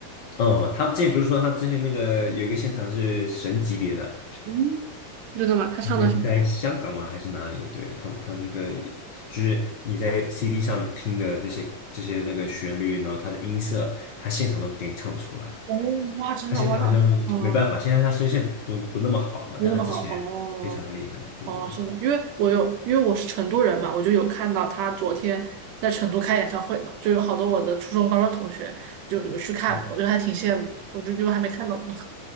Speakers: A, on the left; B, on the right.
A: 嗯，他之前不是说他之前那个有一个现场是神级别的，
B: 嗯，真的吗？他唱的什么呀？
A: 他之前在香港嘛还是哪里？对，他他那个就是你在 CD 上听的那些这些那个旋律，然后他的音色，他现场都给你唱出来。
B: 哦，哇，真的，
A: 他现在好像没办法，
B: 哇，那，嗯。
A: 现在他声线不不那么好了嘛，
B: 没那么好哦，
A: 但他之前非常厉害。对对对，
B: 哦，是的，因为我有，因为我是成都人嘛，我就有看到他昨天在成都开演唱会呢，就有好多我的初中、高中同学就有去看，
A: 嗯
B: 我觉得还挺羡慕的，我就就还没看到呢，